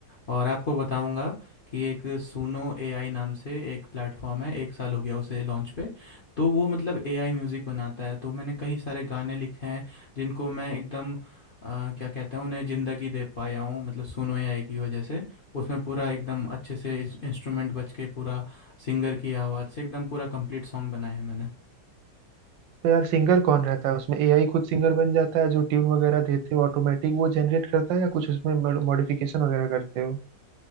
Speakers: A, on the left (about 55°); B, on the right (about 85°).
A: और आपको बताऊंगा कि एक सुनो एआई नाम से एक प्लेटफॉर्म है एक साल हो गया उसे लॉन्च पे तो वो मतलब एआई म्यूज़िक बनाता है तो मैंने कई सारे गाने लिखे हैं जिनको मैं एकदम अ, क्या कहते हैं उन्हें ज़िंदगी दे पाया हूँ मतलब सुनो एआई की वजह से उसमें पूरा एकदम अच्छे से इंस्ट्रूमेंट बज के पूरा सिंगर की आवाज़ से एकदम पूरा कंप्लीट सॉन्ग बनाया है मैंने
B: तो यार सिंगर कौन रहता है उसमें एआई खुद सिंगर बन जाता है जो ट्यून वगैरह देते हो ऑटोमेटिक वो जनरेट करता है या कुछ उसमें मॉडिफिकेशन वगैरह करते हो